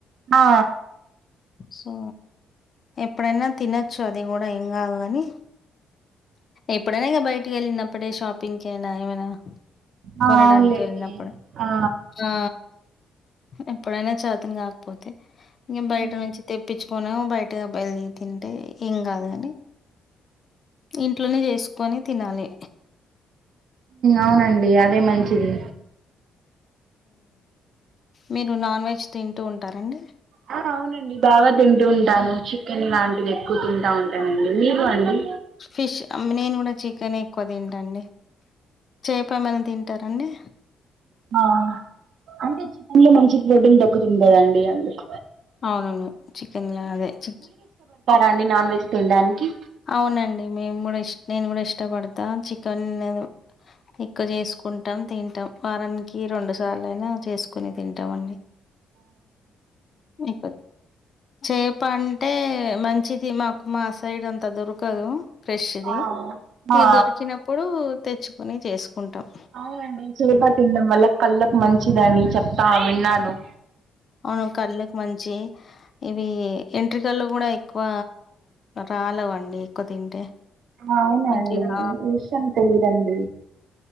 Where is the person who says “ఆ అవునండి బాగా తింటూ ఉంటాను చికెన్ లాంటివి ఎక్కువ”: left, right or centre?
Right